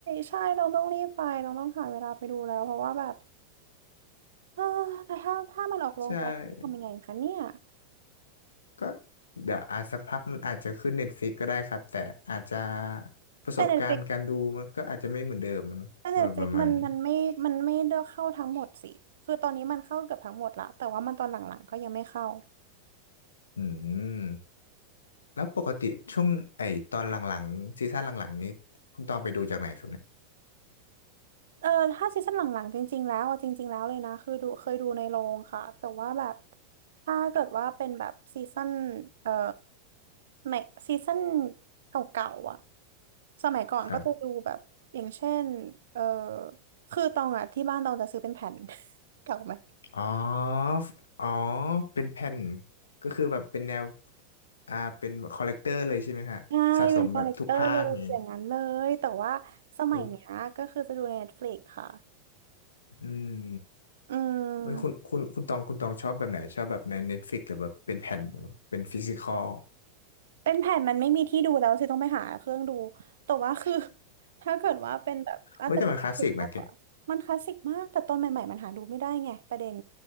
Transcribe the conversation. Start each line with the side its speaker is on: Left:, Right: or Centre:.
Right: ใช่เราต้องรีบไปเราต้องหาเวลาไปดูแล้วเพราะว่าแบบเออแต่ถ้าถ้ามันออกโรงไปจะทำยังไงคะเนี่ย
Left: ใช่ก็เดี๋ยวอาจสักพักมันอาจจะขึ้นเน็ตฟ i ิกก็ได้ครับแต่อาจจะประสบการณ์การดูมันก็อาจจะไม่เหมือนเดิมอะเนอะ
Right: แต่เน็ตฟลิกแต่เน็ตฟลิกมันมันไม่มันไม่ได้เข้าทั้งหมดสิคือตอนนี้มันเข้าเกือบทั้งหมดละแต่ว่ามันตอนหลังๆก็ยังไม่เข้า
Left: ประมาณนี้อืมแล้วปกติช่วงไอ้ตอนหลังๆซีซั่นหลังๆนี้คุณตองไปดูจากไหนครับเนี่ย
Right: เออถ้าซีซั่นหลังๆจริงๆแล้วอะจริงๆแล้วเลยนะคือดูเคยดูในโรงค่ะแต่ว่าแบบถ้าเกิดว่าเป็นแบบซีซั่นเอ่อในซีซั่นเก่าๆอ่ะสมัยก่อนก็จะดูแบบอย่างเช่นเอ่อ
Left: ครับ
Right: คือตองอ่ะที่บ้านตองจะซื้อเป็นแผ่น <laughs> เก่าไหม
Left: อ๋อฟอ๋อ เป็นแผ่น ก็คือแบบเป็นแนว อ่า เป็นคอลเลกเตอร์เลยใช่ไหมฮะสะสมแบบทุกภาคอย่างงี้
Right: ใช่เป็นคอลเลกเตอร์เลยอย่างนั้นเลยแต่ว่าสมัยเนี้ยก็คือจะดูใน
Left: อือ
Right: Netflix ค่ะ
Left: อืม
Right: อื
Left: เฮ้ยคุณคุณคุณตองคุณตองชอบแบบไหน
Right: ม
Left: ชอบแบบใน Netflix หรือแบบเป็นแผ่นหรือเป็นฟิสิคอล
Right: เป็นแผ่นมันไม่มีที่ดูแล้วสิต้องไปหาเครื่องดูแต่ว่าคือถ้าเกิดว่าเป็นแบบน่าจะเป็น
Left: โอ้ยแต่มันคลาสสิกนะแก
Right: Netflix มากกว่ามันคลาสสิกมากแต่ตอนใหม่ๆมันหาดูไม่ได้ไงประเด็น